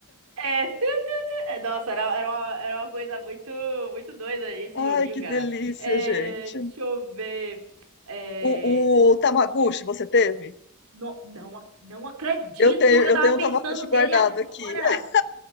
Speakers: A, on the right; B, on the left.
A: É, tu, tu, tu. É, Nossa, era, era, uma, era uma coisa muito, muito doida esse
B: Ai,
A: joguinho,
B: que
A: cara.
B: delícia,
A: É,
B: gente.
A: deixa eu ver. É,
B: O, o Tamagotchi você teve?
A: não, não, ac- não acredito.
B: Eu tenho,
A: Eu
B: eu
A: tava
B: tenho
A: pensando
B: um Tamagotchi
A: nele
B: guardado
A: agora.
B: aqui. <laughs>